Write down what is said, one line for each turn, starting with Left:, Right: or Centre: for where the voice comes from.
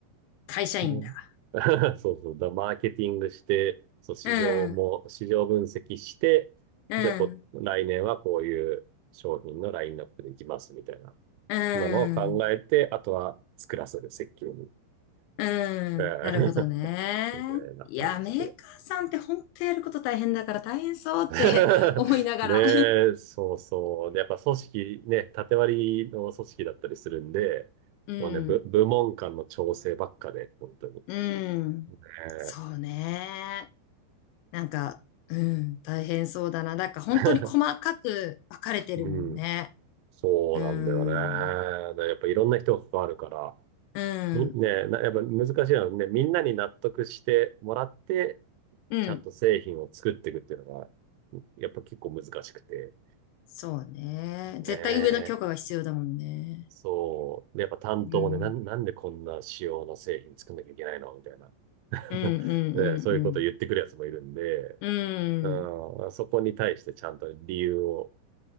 Left: 会社員だ。
Right: ね <laughs> そうそう。だ、マーケティングして、そう、市場も、
Left: うん、
Right: 市場分析して、
Left: うん、
Right: じゃあこ、来年はこういう商品のラインナップでいきますみたいな、
Left: う
Right: なのを考えて、
Left: ん、
Right: あとは作らせる、設計に。
Left: う
Right: うん
Left: ん。なるほどね。
Right: <laughs> みたいな感じで。
Left: いや、メーカーさんって本当やること大変だから大変そうって
Right: <laughs>
Left: <laughs> 思いながら。
Right: ねえ、そうそう。で、やっぱ組織ね、縦割りの組織だったりするんで、
Left: うん、
Right: もうね、部、部門間の調整ばっかで、本当に。
Left: うん。
Right: ね
Left: そうね。
Right: え
Left: なんか、うん、大変そうだな。だから本当に細かく分かれてるもんね。
Right: <laughs> うん。そうなんだよね。
Left: うん、
Right: でやっぱいろんな人が関わるから、
Left: うん、
Right: み、ねなやっぱ難しいのはね、みんなに納得してもらって、
Left: うん。
Right: ちゃんと製品を作っていくっていうのが、やっぱ結構難しくて。
Left: そうね。絶対上の許可が必要だもんね。
Right: ねそう。で、やっぱ担当もね、
Left: うん、
Right: なん、なんでこんな仕様の製品作んなきゃいけないのみたいな。<laughs>
Left: うん、うん、
Right: ね、そういうことを言ってくるやつもいるんで、
Left: うん、うん。
Right: うん、
Left: うん、
Right: そこに対してちゃんと理由を